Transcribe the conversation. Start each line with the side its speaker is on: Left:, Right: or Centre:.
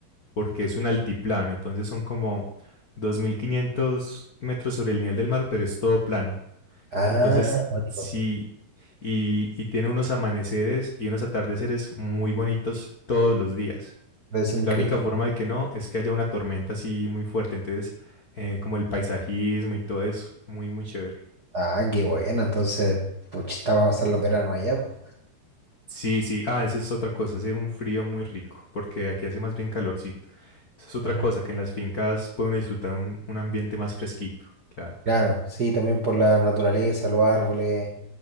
Left: porque es un altiplano, entonces son como 2500 metros sobre el nivel del mar, pero es todo plano.
Right: Ah,
Left: Entonces,
Right: cuático.
Left: sí, y, y tiene unos amaneceres y unos atardeceres muy bonitos todos los días.
Right: Debe ser increíble.
Left: La única forma de que no es que haya una tormenta así muy fuerte, entonces eh, como el paisajismo y todo eso, muy, muy chévere.
Right: Ah, qué bueno, entonces, pues estaba a pasar los veranos allá, pues.
Left: Sí, sí, ah, eso es otra cosa, hace un frío muy rico, porque aquí hace más bien calorcito. Eso es otra
Right: Ajá.
Left: cosa, que en las fincas pueden disfrutar un, un ambiente más fresquito, claro.
Right: Claro, sí, también por la naturaleza, los árboles,